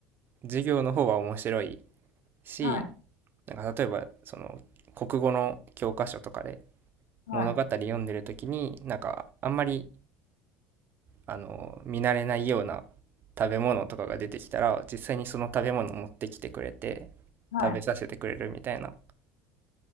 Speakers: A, on the right (about 45°); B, on the left (about 80°).
A: 授業の方が面白いし、
B: はい
A: なんか例えばその国語の教科書とかで
B: はい。
A: 物語読んでる時になんかあんまりあの見慣れないような食べ物とかが出てきたら実際にその食べ物持ってきてくれて
B: はい。
A: 食べさせてくれるみたいな